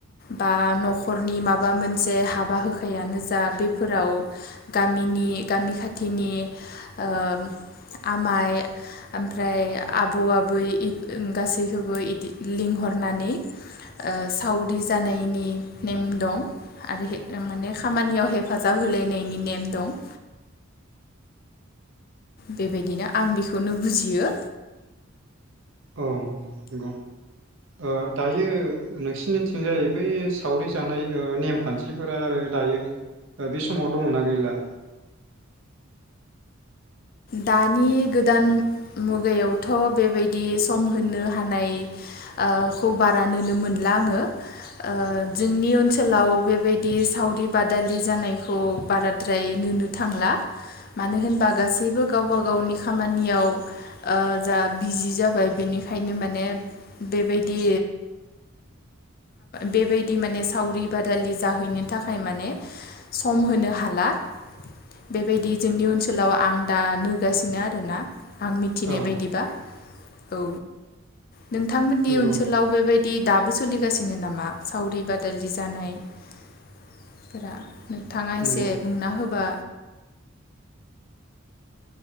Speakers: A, on the left; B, on the right.
A: बा न'खरनि माबा मोनसे हाबा होखायानो जा बेफोराव गामिनि गामि खाथिनि ओ आमाइ ओमफ्राय आबौ आबै गासैखौबो इदि लिंहरनानै ओ सावरि जानायनि नेम दं आरो माने खामानियाव हेफाजाब होलायनायनि नेम दं। बेबायदिनो आं बेखौनो बुजियो।
B: ओं उम नंगौ ओ दायो नोंसिनिथिंजाय बै सावरि जानाय नेमखान्थिफोरा आरो दायो ओ बे समाव दंना गैला?
A: दानि गोदान मुगायावथ' बेबायदि सम होनो हानाय ओ खौ बारा नुनो मोनला आङो ओ जोंनि ओनसोलाव बेबायदि सावरि बादालि जानायखौ बाराद्राय नुनो थांला मानो होनबा गासै बोयबो गावबा गावनि खामानियाव ओ जा बिजि जाबाय बेनिखायनो माने बेबायदि बेबायदि माने सावरि बादालि जाहैनो थाखाय माने सम होनो हाला बेबायदि जोंनि ओनसोलाव आं दा नोगासिनो आरोना। आं मिथिनाय
B: औ
A: बायदिबा। औ। नोंथांमोननि
B: नंगौ
A: ओनसोलाव बेबायदि दाबो सोलिगासिनो दिनो नामा सावरि बादालि जानायफोरा नोंथाङा
B: नंगौ
A: एसे बुंना होबा